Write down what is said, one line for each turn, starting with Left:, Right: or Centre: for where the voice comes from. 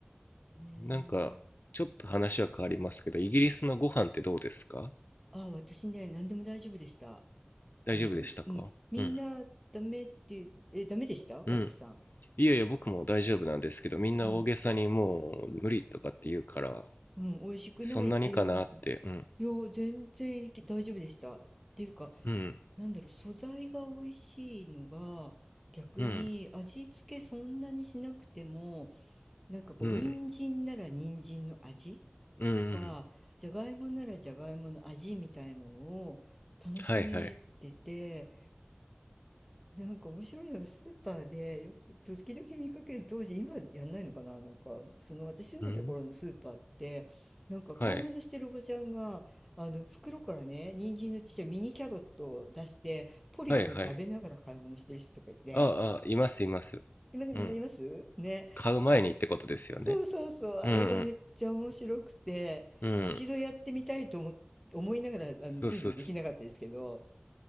Centre: ねえ。
Left: なんか、ちょっと話は変わりますけど、イギリスのご飯ってどうですか
Centre: あ、私ね、何でも大丈夫でした。
Left: 大丈夫でしたかうん。
Centre: あの、うん。みんな、ダメっていう、え、ダメでした和樹さん。
Left: うんいやいや、僕も大丈夫なんですけど、みんな大げさにもう無理とかって言うから、
Centre: うん。うん。美味しくないって言うんだけど。
Left: そんなにかなって、うん、
Centre: いや、全然いけ大丈夫でした。っていうか、
Left: うん、
Centre: なんだろう、素材が美味しいのが、逆に味付けそんなにしなくても、
Left: うん、
Centre: なんかこう、
Left: うん、
Centre: 人参なら人参の味とか、
Left: うん、うん、
Centre: じゃがいもならじゃがいもの味みたいなのを楽しめてて、
Left: はいはい、
Centre: なんか面白いのはスーパーでよく時々見かける当時今やんないのかななんかその私住んでた頃のスーパーってなんか買い物してるおばちゃんがあの袋からね人参のちっちゃいミニキャロットを出してポリポリ食べながら買い物してる人とかいて
Left: うん、はい、はいはい、ああ、いますいます。
Centre: 今でもいますね
Left: うん、買う前にってことですよね。
Centre: そうそうそうあれがめっちゃ面白くて一度やってみたいと思、
Left: うん、うん、うん、
Centre: 思いながらあのついぞできなかったですけど
Left: そうそうそう。